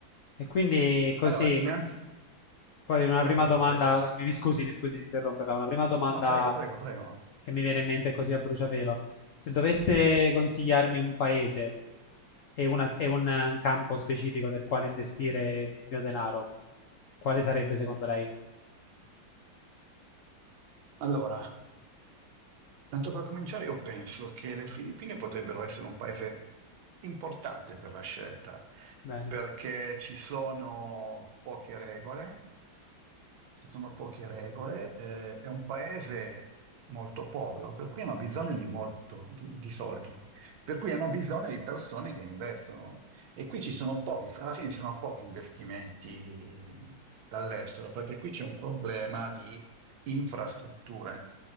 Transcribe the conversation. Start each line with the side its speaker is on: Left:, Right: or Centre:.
Left: E quindi così,
Right: Allora, innanzi...
Left: poi una
Right: Prego,
Left: prima domanda,
Right: prego.
Left: mi mi scusi, mi scusi di interromperla, una prima domanda
Right: No, prego, prego, prego.
Left: che mi viene in mente così a bruciapelo. Se dovesse consigliarmi un paese e, una- e un eh, campo specifico del quale investire il mio denaro, quale sarebbe secondo lei?
Right: Allora, Tanto per cominciare, io penso che le Filippine potrebbero essere un paese importante per la scelta,
Left: Bene.
Right: perché ci sono poche regole, ci sono poche regole, eh, è un paese molto povero, per cui hanno bisogno di molto, di, di soldi, per cui hanno bisogno di persone che investono. E qui ci sono pochi, alla fine ci sono pochi investimenti dall'estero, perché qui c'è un problema di infrastrutture.